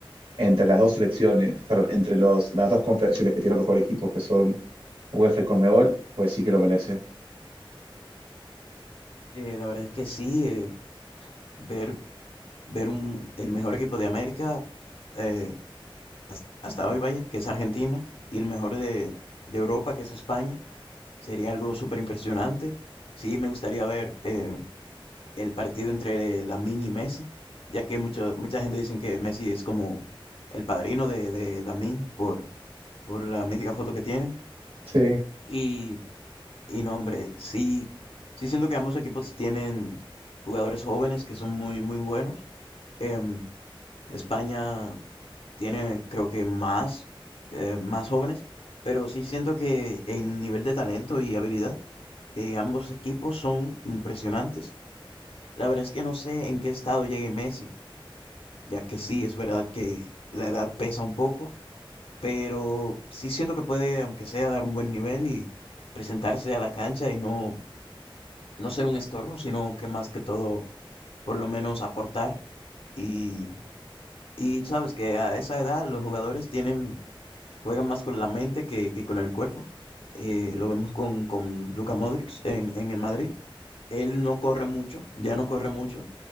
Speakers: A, on the right; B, on the left.
A: entre las dos selecciones, pero entre los, las dos confederaciones que tienen los mejores equipos, que son UEFA y Conmebol, pues sí que lo merece.
B: eh, la verdad es que sí, eh, ver, ver un, el mejor equipo de América eh, has- hasta hoy, vaya, que es Argentina, y el mejor de, de Europa, que es España, sería algo súper impresionante. Sí, me gustaría ver eh, el partido entre Lamine y Messi, ya que mucho, mucha gente dicen que Messi es como el padrino de, de Lamine por, por la mítica foto que tienen.
A: Sí,
B: Y, y no, hombre, sí, sí siento que ambos equipos tienen jugadores jóvenes que son muy, muy buenos. Em, España tiene, creo que más, eh, más jóvenes, pero sí siento que en nivel de talento y habilidad, eh, ambos equipos son impresionantes. La verdad es que no sé en qué estado llegue Messi ya que sí, es verdad que la edad pesa un poco, pero sí siento que puede, aunque sea, dar un buen nivel y presentarse a la cancha y no, no ser un estorbo, sino que más que todo, por lo menos aportar. Y, y sabes que a esa edad los jugadores tienen, juegan más con la mente que, que con el cuerpo. Eh, lo vemos con, con Luka Modric en, en el Madrid. Él no corre mucho, ya no corre mucho,